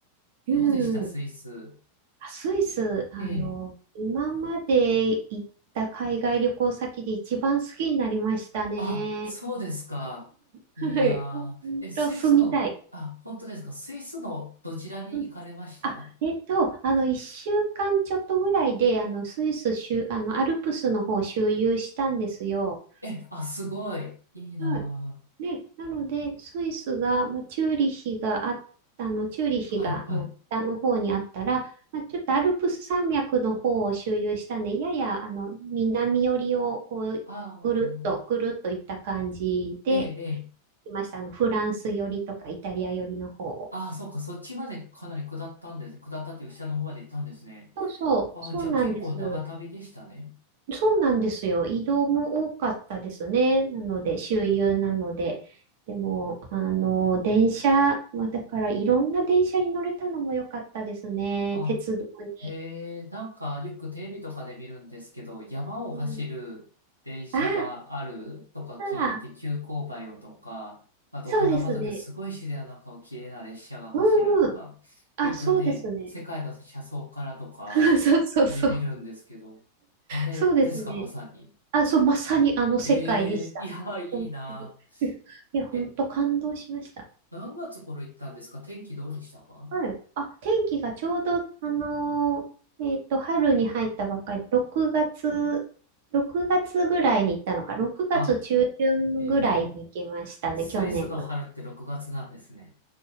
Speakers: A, on the right (about 50°); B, on the right (about 85°).
A: うん。
B: どうでした、スイス。
A: あスイス、あの、
B: ええ。
A: 今まで行った海外旅行先で一番好きになりましたね。
B: あ、そうですか。いいなあ。
A: はい。ほんと、
B: え、スイスの、
A: 住みたい。
B: あ、本当ですか。スイスのどちらに行かれました
A: うん。あ、えっと、あの、一週間ちょっとぐらいで、あの、スイス周、あの、アルプスの方を周遊したんですよ。
B: え、あ、すごい。いいな
A: はい。で、なので、スイスが、まあ、チューリヒがあっ、あの、チューリヒが、
B: あ。はい、はい。
A: あの、北の方にあったら、まあ、ちょっとアルプス山脈の方を周遊したんで、やや、あの、南寄りを、こう、
B: ああ、
A: ぐるっと、ぐるっといった感じで、
B: ええ、ええ。
A: いました。あの、フランス寄りとか、イタリア寄りの方を。
B: ああ、そっか。そっちまでかなり下ったんです。下ったっていう下の方まで行ったんですね。
A: そうそう、
B: ああ、
A: そうなんです。
B: じゃあ結構長旅でしたね。
A: そうなんですよ。移動も多かったですね。なので、周遊なので。でも、あの、電車、まあ、だからいろんな電車に乗れたのも良かったですね。
B: あ、
A: 鉄道に。
B: へえ、なんかよくテレビとかで見るんですけど、山を走る電車があるとか聞いて、
A: うん、ああ、ああ
B: 急勾配をとか、あとお花畑、
A: そうですね。
B: すごい自然の中を綺麗な列車が走るとか、
A: うんうん。あ、
B: よくね、
A: そうですね。
B: 世界の車窓からとか見見るんですけど、
A: <laughs> そうそうそう。
B: あれですか、
A: そうですね。
B: まさに。
A: あ、そう、まさにあの世界でした。
B: ええ、いや、いいな。
A: 本当に。<laughs> いや、本当感動しました。
B: え、何月頃行ったんですか天気どうでしたか
A: はい。あ、天気がちょうど、あのーえっと、春に入ったばっかり、6月、6月ぐらいに行ったのか、6月中旬ぐらいに行きましたね、
B: あ、えースイスの春って6月なんですね。
A: 去年の。